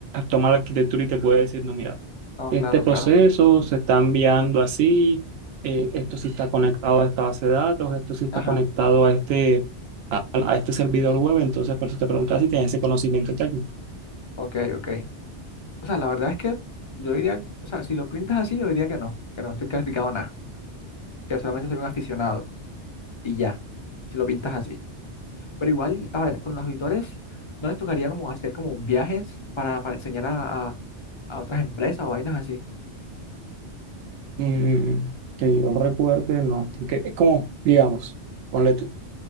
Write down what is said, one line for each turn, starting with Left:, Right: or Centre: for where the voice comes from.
Right: toma la arquitectura y te puede decir, no, mira
Left: No,
Right: este
Left: claro,
Right: proceso
Left: claro.
Right: se está enviando así, eh, esto sí está conectado a esta base de datos, esto sí está
Left: Ajá.
Right: conectado a este, a, a este servidor web, entonces por eso te preguntaba si tienes ese conocimiento técnico.
Left: Ok, ok. O sea, la verdad es que yo diría, o sea, si lo pintas así, yo diría que no, que no estoy calificado a nada, que solamente soy un aficionado y ya, si lo pintas así. Pero igual, a ver, con los auditores, ¿no les tocaría como hacer como viajes para, para enseñar a, a, a otras empresas o vainas así?
Right: Mm, que yo recuerde, no, que es como, digamos, ponle tú,